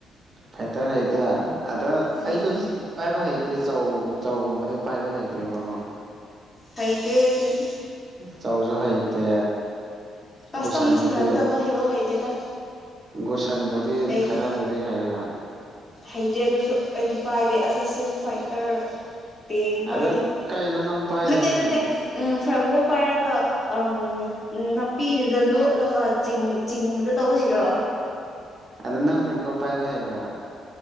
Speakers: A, on the right; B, on the left.
A: ꯐꯥꯏꯇꯔ ꯍꯩꯇꯦ ꯑꯗ
B: ꯎꯝ
A: ꯑꯩꯁꯨ ꯄꯥꯏꯕ ꯍꯩꯇꯦ ꯆꯧ ꯆꯧꯒꯨꯝꯕꯗꯤꯩ ꯄꯥꯏꯕ ꯍꯥꯏꯩꯗꯕꯀꯣ
B: ꯍꯩꯇ ꯀꯦꯝ
A: ꯆꯥꯎꯧꯁꯨ ꯍꯩꯇꯦ
B: ꯀꯁꯇꯝ
A: ꯒꯨꯁꯟꯕꯨꯗꯤ
B: ꯁꯥꯟꯅꯒꯗꯕ ꯍꯦꯔꯣ ꯂꯩꯇꯦꯗ
A: ꯒꯨꯁꯟꯕꯨꯗꯤ
B: ꯑꯩꯒꯤ
A: ꯈꯔꯕꯨꯗꯤ ꯍꯩꯌꯨꯍ
B: ꯍꯩꯇꯦ ꯑꯗꯨꯁꯨ ꯑꯩꯗꯤ ꯄꯥꯏꯕ ꯑꯁꯁꯦꯟ ꯐꯥꯏꯇꯔ ꯄꯦꯡ
A: ꯑꯗꯣ
B: ꯄꯥꯏꯗꯦ
A: ꯀꯩꯅꯣ ꯅꯪ ꯄꯥꯏꯔꯤꯁꯦ
B: ꯅꯠꯇ ꯅꯠꯇꯦ ꯎꯝ ꯐ꯭ꯔꯀꯣ ꯄꯥꯏꯔꯒ ꯎ ꯅꯥꯄꯤꯗꯨꯗ ꯂꯣꯠꯂꯒ ꯆꯤꯡꯕꯗ ꯇꯧꯁꯤꯔꯣ
A: ꯑꯗꯣ ꯅꯪ ꯐ꯭ꯔꯦꯡꯀꯣ ꯄꯥꯏꯕ ꯍꯩꯕ꯭ꯔꯥ